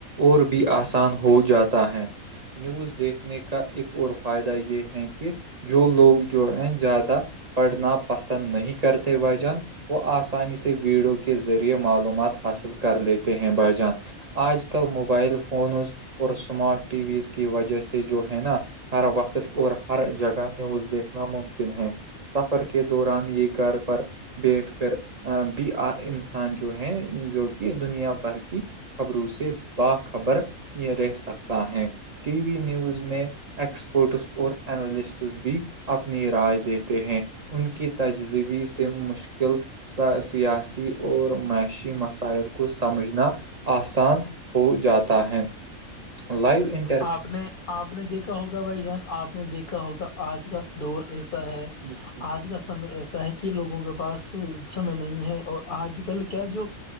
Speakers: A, on the right; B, on the left.
A: اور بھی آسان ہو جاتا ہے نیوز دیکھنے کا ایک اور فائدہ یہ ہے کہ جو لوگ جو ہیں زیادہ پڑھنا پسند نہیں کرتے بھائی جان وہ آسانی سے ویڈیو کے ذریعے معلومات حاصل کر لیتے ہیں بھائی جان آج کل موبائل فونز اور اسمارٹ ٹی ویز کی وجہ سے جو ہے نا ہر وقت اور ہر جگہ نیوز دیکھنا ممکن ہے سفر کے دوران یہ گھر پر بیٹھ کر ا بھی اج انسان جو ہے جو کہ دنیا بھر کی خبروں سے باخبر یہ رہ سکتا ہے ٹی وی نیوز میں ایکسپرٹس اور اینالسٹس بھی اپنی رائے دیتے ہیں ان کی تجزوی سے مشکل سیاسی اور معاشی مسائل کو سمجھنا آسان ہو جاتا ہے لائیو انٹ
B: آپ نے آپ نے دیکھا ہوگا بھائی جان آپ نے دیکھا ہوگا آج کا دور ایسا ہے
A: بالکل
B: آج کا سمی ایسا ہے کہ کہ لوگوں کے پاس سمے نہیں ہے اور آج کل کیا جو